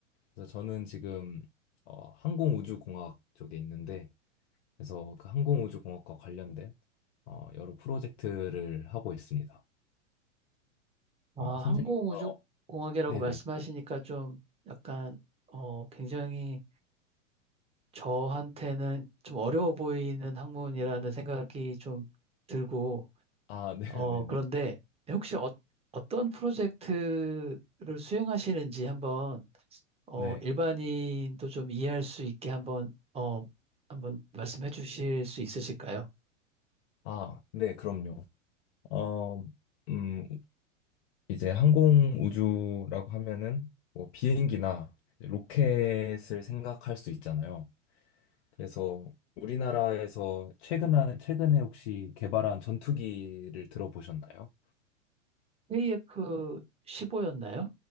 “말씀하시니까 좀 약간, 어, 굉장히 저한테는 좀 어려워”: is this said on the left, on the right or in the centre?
Right